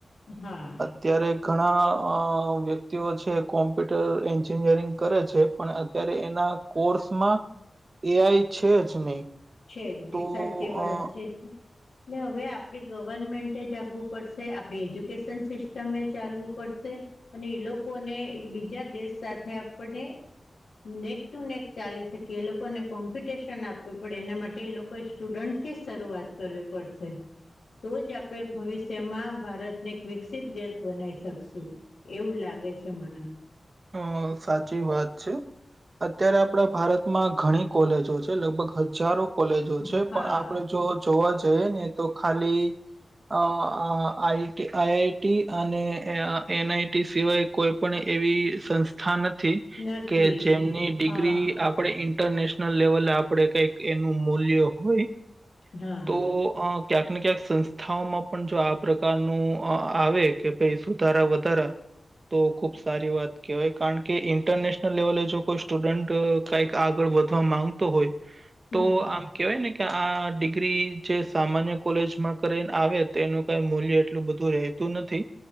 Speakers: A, on the left; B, on the right.
A: હા.
B: ત્યારે આ ઘણા વ્યક્તિઓ છે કોમ્પ્યુટર એન્જિનિયરિંગ કરે છે પણ. ત્યારે એના કોર્સમાં એઆઈ છે જ નહી.
A: છે જ નહી
B: તો
A: સાચી વાત
B: અ
A: છે એટલે હવે આપડી. ગવર્મેન્ટ જાગવું પડશે આપડી એજ્યુકેશન સિસ્ટમે ચાલવું પડશે. અને એ લોકોને બીજા દેશ સાથે આપને. નેક ટુ નેક ચાલી શકે એ લોકોને કોમ્પિટશન આપ્યું. આપે એના માટે એ લોકોએ સ્ટુડન્ટથી જ શરૂઆત કરવી પડશે. તો જ આપણે ભવિષ્યમાં ભારતને એક વિકસિત દેશ બનાવી શકશું. એવું લાગે છે મને.
B: હ સાચી વાત છે. અત્યારે આપણા ભારતમાં ઘણી કોલેજો છે લગભગ હજારો કોલેજો
A: હા
B: છે પણ આપડે જો જોવા જઈએ ને તો ખાલી અ આ આઈઆઈટી અને એનઆઈટી સિવાય કોઈ પણ એવી સંસ્થા નથી
A: નથી
B: કે જેમની ડિગ્રી
A: હા
B: આપ આપણે ઇન્ટરનેશનલ લેવલે આપણેે કંઈક એનું મૂલ્ય હોય
A: હા
B: તો અ ક્યાંક ને ક્યાંક સંસ્થાઓમાં પણ જો આ પ્રકારનું આવે કે ભાઈ સુધારા વધારા તો ખૂબ સારી વાત કહેવાય કારણ કે ઈન્ટરનેશનલ લેવલે જો કોઈ સ્ટુડન્ટ કઈક આગળ વધવા માંગતો હોય.
A: હમ
B: તો આમ. કેવાય ને કે આ ડિગ્રી જે સામાન્ય કોલેજમાં કરીને આવે તો તેનું કઈ મૂલ્ય એટલું બધું રહે નથી